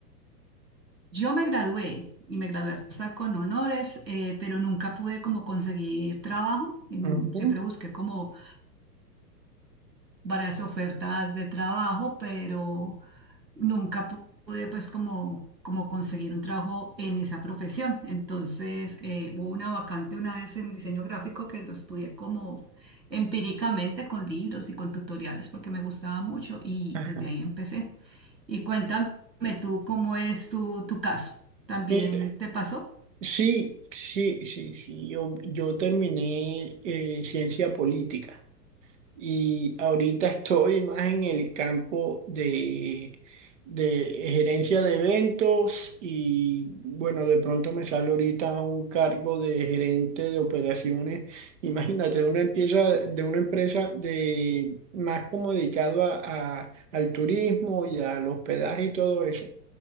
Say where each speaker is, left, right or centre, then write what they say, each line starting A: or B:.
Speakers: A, on the right; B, on the right.
A: Yo me gradué y me gradué hasta con honores, eh, pero nunca pude como conseguir trabajo. Mm,
B: Ujú.
A: Siempre busqué como varias ofertas de trabajo, pero nunca pu- pude pues como, como conseguir un trabajo en esa profesión. Entonces eh, hubo una vacante una vez en diseño gráfico que lo estudié como empíricamente con libros y con tutoriales porque me gustaba mucho y
B: Ajá.
A: desde ahí empecé. Y cuéntame tú cómo es tu, tu caso. ¿También
B: Mira,
A: te pasó?
B: sí, sí, sí, sí. Yo, yo terminé eh, ciencia política y ahorita estoy más en el campo de, de gerencia de eventos y bueno, de pronto me sale ahorita un cargo de gerente de operaciones. Imagínate, de una empresa, de una empresa de más como dedicado a, a- al turismo y al hospedaje y todo eso.